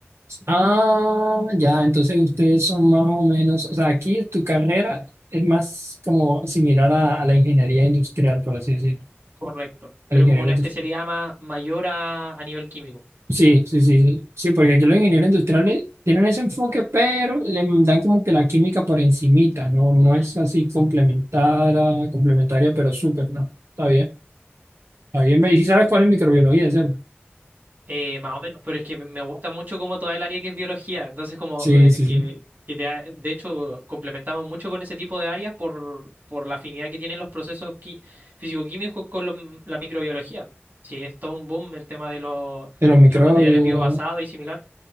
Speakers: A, on the right; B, on the right.
A: Ah, ya, entonces ustedes son más o menos, o sea, aquí tu carrera es más como similar a, a la ingeniería industrial, por así decirlo,
B: Correcto.
A: al
B: Pero
A: ingeniero
B: como una
A: industrial.
B: especialidad más mayor a, a nivel químico.
A: Sí, sí, sí, sí, sí, porque aquí los ingenieros industriales tienen ese enfoque, pero le dan como que la química por encimita, ¿no? No
B: Ujú.
A: es así complementaria, complementaria, pero súper, ¿no? Está bien, está bien, ve, y sí sabes cuál es microbiología, ¿cierto?
B: Eh, más o menos, pero es que me me gusta mucho como toda el área que es biología, entonces como
A: Sí,
B: eh,
A: sí,
B: que,
A: sí,
B: que te ha- de hecho complementamos mucho con ese tipo de áreas por, por la afinidad que tienen los procesos qui- físico-químicos con lo- la microbiología. Sí, es todo un boom el tema de, los
A: de los microbios,
B: de los materiales biobasados y similar.